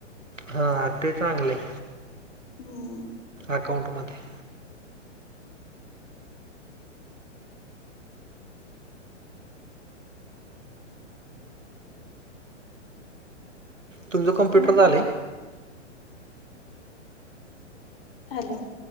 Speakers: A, on the right (about 85°); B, on the left (about 50°).
A: हा ते चांगलं आहे.
B: हम्म
A: अकाउंटमध्ये. तुमंच कम्पुटर
B: ह
A: झालंय.
B: हॅलो.